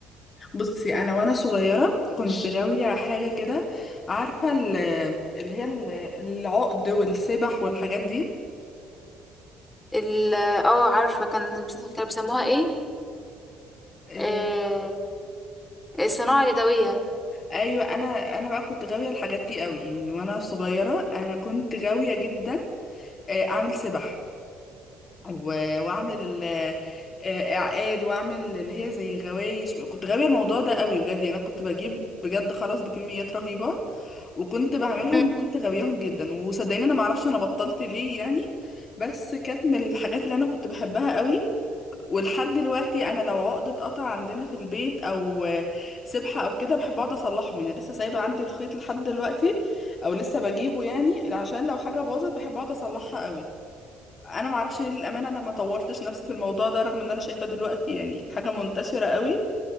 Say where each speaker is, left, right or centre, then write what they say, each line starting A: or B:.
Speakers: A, on the left; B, on the left.
A: بصي انا وانا صغيره كنت غاويه حاجه كده عارفه ال- اللي هي ال- العقد والسبح والحاجات دي
B: ال- اه عارفه كان كانوا بيسموها ايه
A: ال...
B: آه الصناعه اليدويه
A: ايوه انا انا بقى كنت غاويه الحاجات دي قوي يعني وانا صغيره انا كنت غاويه جدا آه، اعمل سبح و- واعمل ال- آه، اعقاد واعمل اللي هي زي غوايش كنت غاويه الموضوع ده قوي بجد يعني انا كنت بجيب بجد خرز بكميات رهيبه وكنت بعملهم
B: مم.
A: وكنت غاوياهم جدا وصدقيني انا ما اعرفش انا بطلت ليه يعني بس كانت من الحاجات اللي انا كنت بحبها قوي ولحد دلوقتي انا لو عقدة قطع عندنا في البيت او آه، سبحة او كده بحب اقعد اصلحهم يعني لسه سايبه عندي الخيط لحد دلوقتي او لسه بجيبه يعني عشان لو حاجه باظت بحب اقعد اصلحها قوي انا ما اعرفش ليه للامانه انا ما طورتش نفسي في الموضوع ده رغم ان انا شايفاه دلوقتي يعني حاجه منتشره قوي